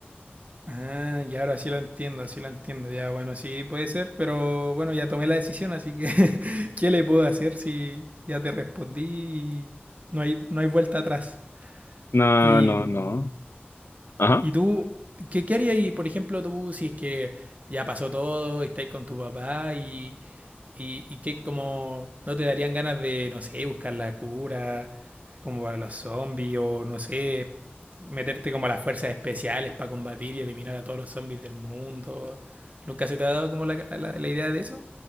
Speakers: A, on the right (about 40°); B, on the left (about 80°).
A: Ah, ya ahora sí lo entiendo, sí lo entiendo. Ya, bueno, sí puede ser, pero bueno, ya tomé la decisión, así que <laughs> ¿qué le puedo hacer si ya te respondí y no hay, no hay vuelta atrás?
B: No,
A: Y,
B: no,
A: mm,
B: no. Ajá.
A: ¿y tú, qué, qué harías, ahí, por ejemplo, tú si es que ya pasó todo y estáis con tu papá y, y, y qué, como, no te darían ganas de, no sé, buscar la cura, como para los zombies o no sé, meterte como a las fuerzas especiales para combatir y eliminar a todos los zombies del mundo. ¿Nunca se te ha dado como la, la, la idea de eso?